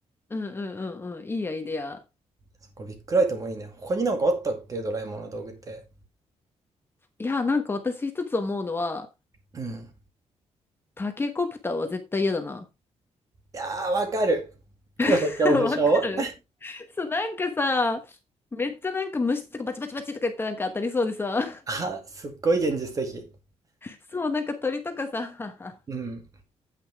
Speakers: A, on the left (about 20°); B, on the right (about 30°).
A: うんうんうんうん。いいアイデア。
B: そこビッグライトもいいね。他になんかあったっけドラえもんの道具って。
A: いや、なんか私一つ思うのは、
B: うん。
A: タケコプターは絶対嫌だな。
B: いやー、わかる。高所恐怖症
A: <laughs> わかるそう、なんかさ、めっちゃなんか虫とかバチバチバチとか言ってなんか当たりそうでさ、
B: <laughs> あ、すっごい現実的。
A: <laughs> そう、なんか鳥とかさ、
B: うん。